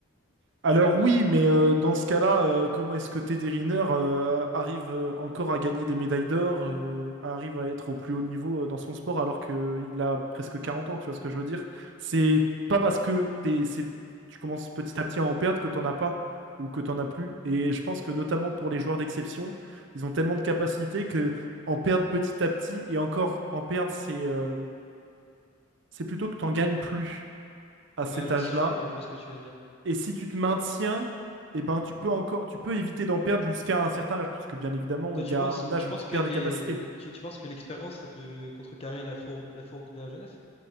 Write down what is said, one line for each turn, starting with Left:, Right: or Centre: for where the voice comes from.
Right: Alors oui, mais euh, dans ce cas-là, euh, comment est-ce que Teddy Riner euh, arrive euh, encore à gagner des médailles d'or, euh, arrive à être au plus haut niveau euh, dans son sport alors qu'il a presque 40 ans, tu vois ce que je veux dire? C'est pas parce que t'es, c'est- tu commences petit à petit à en perdre que t'en as pas ou que t'en as plus. Et je pense que notamment pour les joueurs d'exception, ils ont tellement de capacités que en perdre petit à petit et encore en perdre, c'est euh, c'est plutôt que t'en gagnes plus à cet
Left: Ouais, je
Right: âge-là
Left: vois ce que tu, je vois ce que tu veux dire.
Right: et si tu te maintiens, eh ben, tu peux encore, tu peux éviter d'en perdre jusqu'à un certain âge, parce que bien évidemment,
Left: Toi,
Right: il
Left: tu
Right: y a
Left: penses,
Right: un âge
Left: tu penses
Right: où tu
Left: que
Right: perds
Left: les,
Right: des capacités.
Left: tu, tu penses que l'expérience, ça peut contrecarrer la fourbe, la fourgue de la jeunesse?